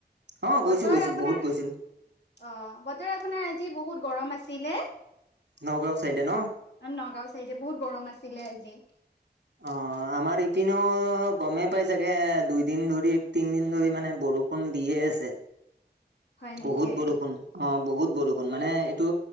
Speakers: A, on the right; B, on the left.
A: অ'
B: বতৰ
A: গৈছো, গৈছো
B: আপোনাৰ
A: বহুত গৈছিলোঁ।
B: অ' বতৰ আপোনাৰ আজি বহুত গৰম আছিলে।
A: নগাঁও চাইডে ন'?
B: নগাঁও চাইডে বহুত গৰম আছিলে আজি <inaudible>
A: অ আমাৰ ইপিনো গমেই পাই চাগে দুইদিন ধৰি তিনদিন ধৰি মানে বৰষ বৰষুণ দিয়ে আছে
B: হয় নেকি
A: বহুত বৰষুণ অ বহুত বৰষুণ মানে এইটো